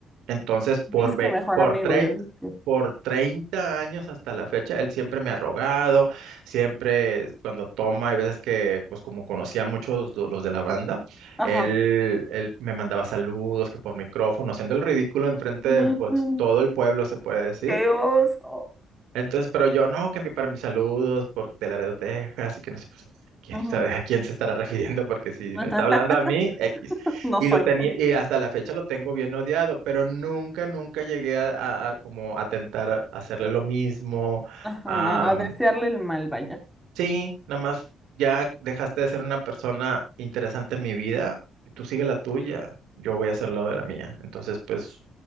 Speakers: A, on the right (about 90°); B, in the centre.
A: Entonces, por,
B: Dice
A: ve-
B: que mejor
A: por
B: amigo,
A: treinta,
B: yo dije.
A: por 30 años hasta la fecha, él siempre me ha rogado, siempre cuando toma, hay veces que, pues como conocía a muchos de los de la banda,
B: Ajá.
A: él, él me mandaba saludos, que por micrófono, haciendo el ridículo enfrente
B: <laughs>
A: de, pues, todo el pueblo, se puede decir.
B: ¡Qué oso!
A: Entonces, pero yo no, que envié para mis saludos por de Laredo, Texas, y que no sé, pues, quién
B: Ujú.
A: sabe a quién se estará <laughs> refiriendo, porque si
B: <laughs>
A: me está hablando a mí, X.
B: No
A: Y
B: soy.
A: lo tenía, y hasta la fecha lo tengo bien odiado, pero nunca, nunca llegué a, a- a como a tentar hacerle lo mismo.
B: Ajá,
A: Am,
B: a desearle el mal, vaya.
A: sí, nada más ya dejaste de ser una persona interesante en mi vida, y tú sigue la tuya, yo voy a hacer lo de la mía. Entonces, pues.